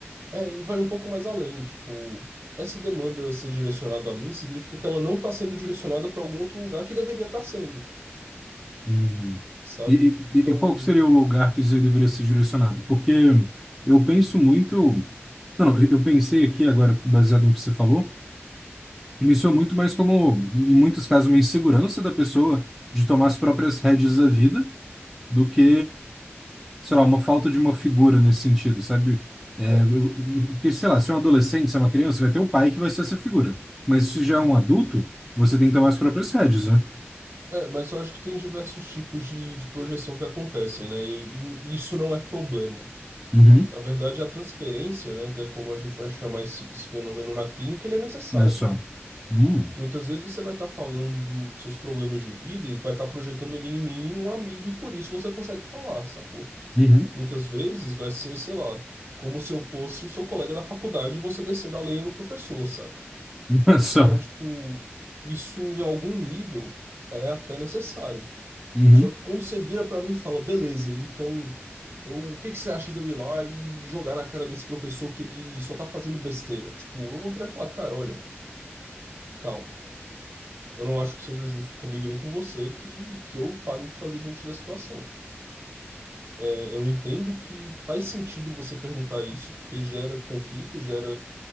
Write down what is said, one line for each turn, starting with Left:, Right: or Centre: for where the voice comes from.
Right: é, e vai um pouco mais além, tipo, essa demanda ser direcionada a mim significa que ela não está sendo direcionada para algum outro lugar que deveria estar sendo,
Centre: Hum.
Right: sabe?
Centre: E,
Right: Então.
Centre: e- e qual que seria o lugar que isso aí deveria ser direcionado? Porque eu penso muito. Não, não, eu eu pensei aqui agora, baseado no que você falou Isso é muito mais como, em muitos casos, uma insegurança da pessoa de tomar as próprias rédeas da vida do que, sei lá, uma falta de uma figura nesse sentido, sabe? É,
Right: é,
Centre: eu- porque, sei lá, se é um adolescente, se é uma criança, vai ter o pai que vai ser essa figura. Mas se já é um adulto, você tem que tomar as próprias rédeas, né?
Right: É, mas eu acho que tem diversos tipos de, de projeção que acontecem, né? E, e isso não é problema.
Centre: Uhum.
Right: Na verdade, a transferência, né, que é como a gente vai chamar esse, esse fenômeno na clínica, ele é necessário.
Centre: Não é só. Hum.
Right: Muitas vezes você vai estar falando do- dos seus problemas de vida e vai estar projetando ali em mim um amigo e por isso você consegue falar, sacou?
Centre: Uhum.
Right: Muitas vezes vai ser, sei lá, como se eu fosse o seu colega da faculdade e você descendo a lenha no professor, saca?
Centre: Não é só.
Right: Então, tipo, isso em algum nível é até necessário.
Centre: Uhum.
Right: Só que quando você vira pra mim e fala, beleza, então eu, o que que você acha de eu ir lá e jogar na cara desse professor que ele só tá fazendo besteira? Tipo, eu vou virar e falar, cara, olha, calma. Eu não acho que seja justo comigo nem com você que, que eu fale o que fazer diante da situação. É, eu entendo que faz sentido você perguntar isso porque gera conflito, gera